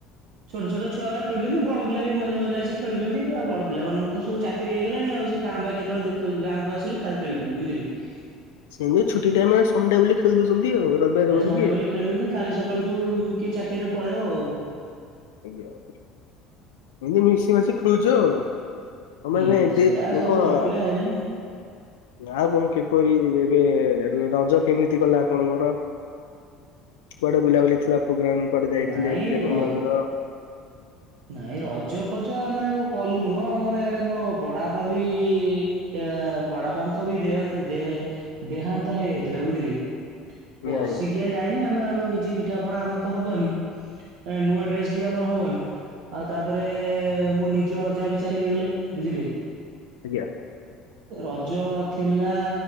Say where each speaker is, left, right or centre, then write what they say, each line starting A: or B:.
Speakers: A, on the right; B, on the left.
A: ଛୋଟ ଛୋଟ ଛୁଆଗୁରା ଖେଳୁଛନ୍ତି ବଡ ପିଲା ବି ମଝିରେ ମଝିରେ ଆସିି ଖେଳୁଛନ୍ତି ଆଉ ବଡ ପିଲାମାନଙ୍କର ତ ସବୁ ଚାକିରି ହେଇଗଲାଣି ଆଉ ସେ କାଁ ଭା କେତେବେଳେ ଗାଁକୁ ଆସିଲେ ଖାଲି ଖେଳୁଛନ୍ତି ବୁଝିଲେ କି।
B: ସେମିତି ଛୁଟି ଟାଇମରେ ସନଡେ ବୋଲି ଖେଳି ଦଉଛନ୍ତି ଆଉ। ରବିବାର
A: ହେ
B: କରିକି।
A: ସଣ୍ଡେ ବୋଲି ଖେଳି ଦଉଛନ୍ତି କାଲି ସକାଳୁ ସବୁ କିଏ ଚାକିରିରେ ପଳେଇବ ଆଉ।
B: ଆଜ୍ଞା ଏମିତି ମିସି ମାସିକି ଖେଲୁଚ ଆଉ। ତମେ
A: ହୁଁ
B: ଏବେ
A: ସେଆ ସବୁ
B: କଣ
A: ବଡ ପିଲା ହେଲେଣି
B: ଆଉ କଣ କିପରି ଏବେ ରଜ କେମିତି ଗଲା ଆପଣଙ୍କର। କୁଆଡେ ବୁଲାବୁଲି ଥିଲା ପ୍ରୋଗ୍ରାମ କୁଆଡେ ଯାଇଥିଲେ
A: ନାଇଁ
B: ବୁଲିଆକୁ
A: ର
B: ମନ୍ଦିର
A: ନାଇଁ ରଜ ଫଜ ଆମେ ଆଉ କଲୁ ନୁହଁ ଆମର ଇଆଡେ ମୋ ବଡା ପା ବି ଏ ବଡାପାଙ୍କ ବି ଦେହ ଦେହ ଦେହାନ୍ତ ହେଇଯାଇଥିଲା ବୁଝିଲେ କି। ବର୍ଷିକିଆ
B: ଆଜ୍ଞା
A: ଯାଇନି ଆମେ ଆଉ କିଛି ପିଠା ପଣା ଆମର ତ ହବନି ନୂଆ ଡ୍ରେସ ବି ଆମର ହବନି। ଆଉ ତାପରେ ମୋ ନିଜ ଅଜା ବି ଚାଲିଗଲେ ବୁଝିଲେ କି।
B: ଆଜ୍ଞା।
A: ରଜ ଥିଲା